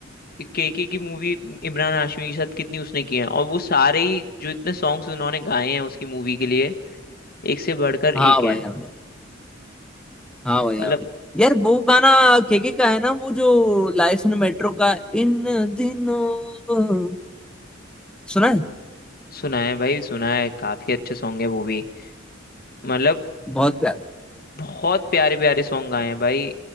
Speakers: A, on the left; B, in the centre.
A: के के की मूवी इमरान हाशमी के साथ कितनी उसने की है और वो सारे ही जो इतने सॉन्ग्स उन्होंने गाए हैं उसकी मूवी के लिए एक से बढ़कर
B: हाँ
A: एक
B: भाई
A: हैं
B: हाँ हाँ भैया
A: मतलब
B: यार वो गाना केके का है ना वो जो लाइसन मेट्रो का इन दिनों सुना है
A: सुना है भाई सुना है काफी अच्छे सॉन्ग है वो भी मतलब
B: बहुत प्यारा
A: बहुत प्यारे प्यारे सॉन्ग गाए हैं भाई